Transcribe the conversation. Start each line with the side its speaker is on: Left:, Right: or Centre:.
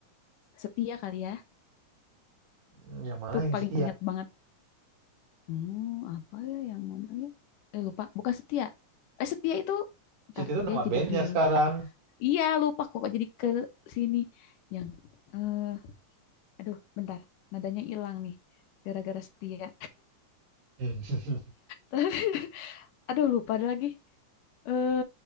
Left: Setia kali ya,
Right: Hmm, Yang mana
Left: tuh
Right: yang
Left: paling
Right: setia?
Left: ingat banget. Hmm, apa ya yang mana ya? Eh lupa, bukan setia. Eh setia itu, ntar
Right: Setia itu nama
Left: dia jadi
Right: bandnya
Left: judul.
Right: sekarang.
Left: Iya lupa kok jadi ke sini yang, eh aduh bentar, nadanya hilang nih, gara-gara setia.
Right: <laughs>
Left: <laughs> Aduh lupa ada lagi. Eh,